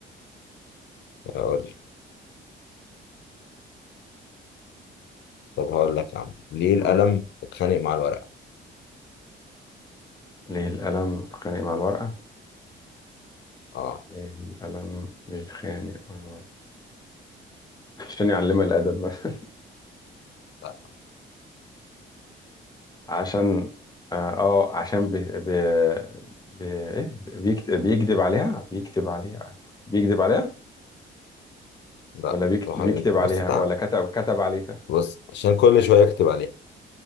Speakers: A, on the left; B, on the left.
A: هقول لك طب هقول لك يا عم ليه القلم
B: آه.
A: اتخانق مع الورقة
B: ليه القلم بيتخانق مع الورقة؟
A: اه
B: ليه القلم بيتخانق مع الورقة؟ عشان يعلمها الأدب مثلا
A: لا
B: <laughs> عشان آه آه، عشان بي... بي... بي... إيه؟ بيكت... بيكذب عليها بيكتب عليها بيكذب عليها
A: لا
B: ولا بيكت...
A: طب هقول-
B: بيكتب عليها
A: بص تعال
B: ولا كتب كتب عليها
A: بص عشان كل شوية يكتب عليها